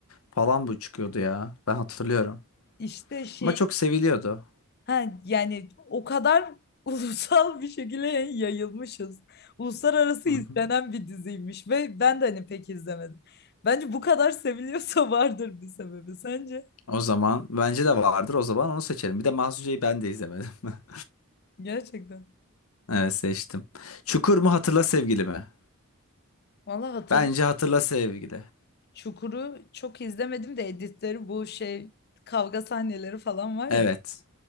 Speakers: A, on the left; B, on the left.
A: falan bu çıkıyordu ya. Ben hatırlıyorum.
B: İşte şey
A: Ama çok seviliyordu.
B: ha, yani o kadar <laughs> ulusal bir şekilde yayılmışız. Uluslararası
A: Hı
B: izlenen
A: hı.
B: bir diziymiş ve ben de hani pek izlemedim. Bence bu kadar seviliyorsa <laughs> vardır bir sebebi sence?
A: O zaman bence de vardır. O zaman onu seçelim. Bir de Mahsun J'yi ben de izlemedim. <laughs>
B: Gerçekten.
A: Evet seçtim. Çukur mu Hatırla Sevgili mi?
B: Valla hatırlıyorum.
A: Bence Hatırla Sevgili.
B: Çukur'u çok izlemedim de editleri bu şey kavga sahneleri falan var
A: Evet.
B: ya.